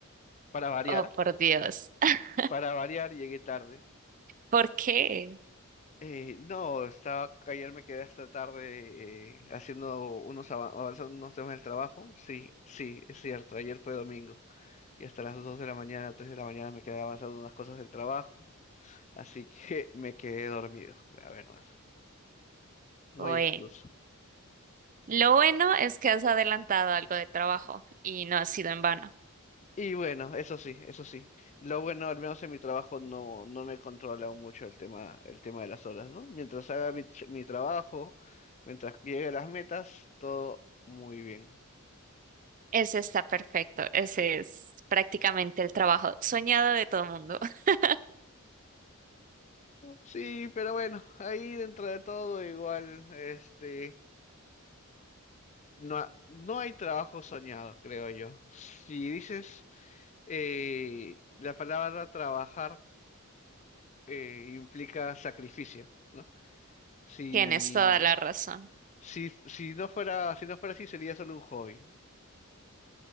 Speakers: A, on the left; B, on the right.
A: Para variar,
B: Oh, por Dios. <laughs>
A: para variar llegué tarde.
B: ¿Por qué?
A: Eh, no, estaba, ayer me quedé hasta tarde eh, haciendo unos ava- avanzando unos temas del trabajo. Sí, sí, es cierto. Ayer fue domingo y hasta las 2 de la mañana, 3 de la mañana me quedé avanzando unas cosas del trabajo. Así que <laughs> me quedé dormido, la verdad. No
B: Bueno,
A: hay excusa.
B: lo bueno es que has adelantado algo de trabajo y no ha sido en vano.
A: Y bueno, eso sí, eso sí. Lo bueno, al menos en mi trabajo no, no me controla mucho el tema, el tema de las horas, ¿no? Mientras haga mi, ch- mi trabajo, mientras llegue a las metas, todo muy bien.
B: Ese está perfecto. Ese es prácticamente el trabajo soñado de todo el mundo. <laughs>
A: Sí, pero bueno, ahí dentro de todo igual, este, no, ha- no hay trabajo soñado, creo yo. Si dices, eh, la palabra trabajar, eh, implica sacrificio. ¿no? Si,
B: Tienes toda la razón.
A: si, si no fuera, si no fuera así, sería solo un hobby.